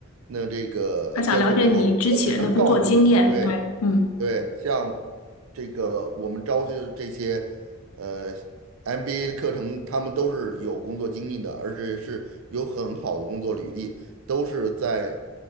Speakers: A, on the right (about 70°); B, on the left (about 85°).
A: 那这个教授说，
B: 他想了解你之前的工作经验，
A: 我只能告诉你，对
B: 对，嗯，
A: 对，像这个我们招去的这些呃 MBA 的课程，他们都是有工作经历的，而且是有很好的工作履历，都是在